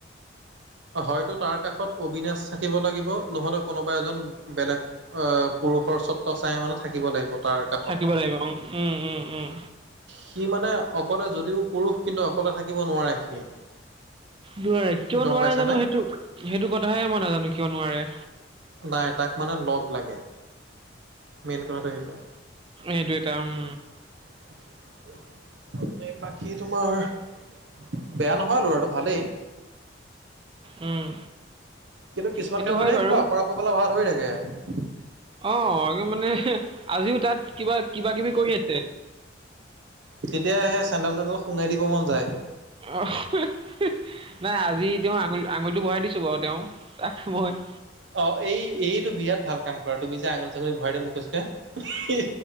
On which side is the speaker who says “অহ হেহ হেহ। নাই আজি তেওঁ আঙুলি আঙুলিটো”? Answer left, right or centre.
Right